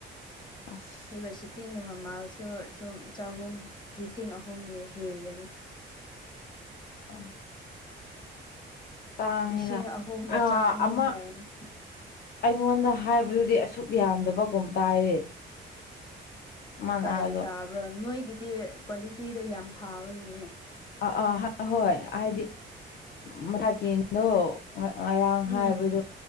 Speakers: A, on the left (about 50°); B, on the left (about 20°).
A: ꯑꯁ
B: ꯑꯗꯨꯒ ꯁꯤꯄꯤꯡꯒꯤ ꯃꯃꯜꯁꯨ ꯁꯨꯝ ꯆꯍꯨꯝ ꯂꯤꯁꯤꯡ ꯑꯍꯨꯝ ꯍꯦꯜꯂꯅꯤ
A: ꯑꯥ ꯥꯇꯥꯡꯉꯤꯅ
B: ꯂꯤꯁꯤꯡ ꯑꯍꯨꯝꯒ
A: ꯊꯥ
B: ꯆꯥꯅꯤ
A: ꯑꯃ
B: ꯍꯥꯏꯕꯅꯤ
A: ꯑꯩꯉꯣꯟꯗ ꯍꯥꯏꯕꯗꯨꯗꯤ ꯑꯁꯨꯛ ꯌꯥꯝꯗꯕꯒꯨꯝ ꯇꯥꯏꯌꯦ ꯃꯥꯅ
B: ꯀꯥꯏꯗ
A: ꯍꯥꯏꯕꯗꯣ
B: ꯇꯥꯕ꯭ꯔꯣ ꯅꯣꯏꯒꯤꯗꯤ ꯀ꯭ꯋꯥꯂꯤꯇꯤꯗꯣ ꯌꯥꯝ ꯐꯥꯕꯒꯤꯅꯦ
A: ꯑꯥ ꯑꯥ ꯍꯣꯏ ꯍꯥꯏꯗꯤ ꯃꯊꯥꯛ ꯌꯦꯡꯗꯣ ꯉꯥ ꯉꯔꯥꯡ
B: ꯎꯝ
A: ꯍꯥꯏꯕꯗꯣ